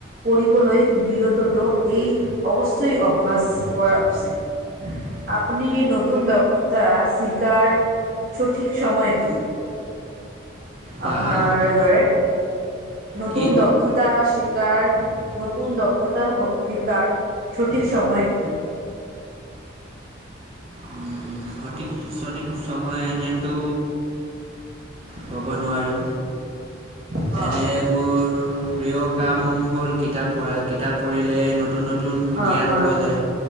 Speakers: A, on the right (about 45°); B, on the right (about 30°).
A: কৰিবলৈ বিৰতটো এই অৱশ্যয় অভ্যাস কৰা উচিত। আপুনি নতুন দক্ষতা চিকাৰ সঠিক সময় কি
B: হা
A: আপোনাৰ
B: হা
A: ধৰে নতুন
B: কি?
A: ডক দক্ষতা শিকাৰ, নতুন দক্ষতা শিকাৰ সঠিক সময় কি?
B: উম, সঠিক ছঠিক সময় এনেতো ক'ব নোৱাৰোঁ।
A: অ',
B: এনে মোৰ প্ৰিয় কাম। হ'ল কিতাপ পঢ়া, কিতাপ পঢ়িলে নতুন নতুন
A: অ',
B: জ্ঞান
A: অ',
B: পোৱা যায়।